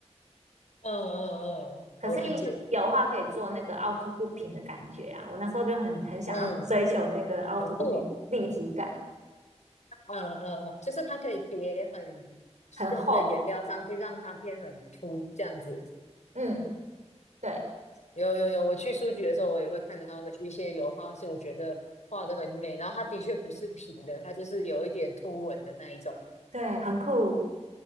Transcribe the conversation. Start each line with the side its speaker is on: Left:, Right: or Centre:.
Left: 嗯嗯嗯，
Right: 可是油画可以做那个凹凸不平的感觉啊，
Left: 我理解，
Right: 我那时候就很很想要追求那个凹凸不平立体感，
Left: 嗯，好酷哦，嗯嗯嗯，就是它可以叠很深的颜料上去，
Right: 很厚。
Left: 让它变很凸这样子。
Right: 嗯，对。
Left: 有有有，我去书局的时候，我也会看到那一些油画，是我觉得画的很美，然后它的确不是平的，它就是有一点凸纹的那一种。
Right: 对，很酷。